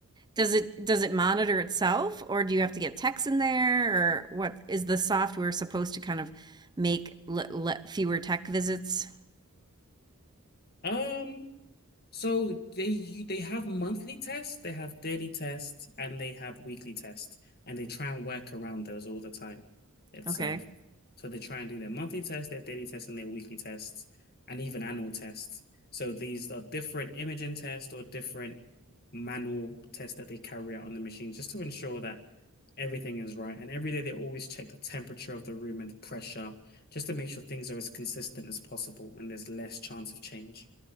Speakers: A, on the right; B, on the left.
A: Does it does it monitor itself, or do you have to get text in there, or what is the software supposed to kind of make le- le- fewer tech visits?
B: Um, So they you- they have monthly tests, they have daily tests, and they have weekly tests, and they try and work around those all the time itself.
A: Okay.
B: So they try and do their monthly tests, their daily tests, and their weekly tests, and even annual tests. So these are different imaging tests or different manual tests that they carry out on the machine just to ensure that everything is right. And every day they always check the temperature of the room and the pressure just to make sure things are as consistent as possible and there's less chance of change.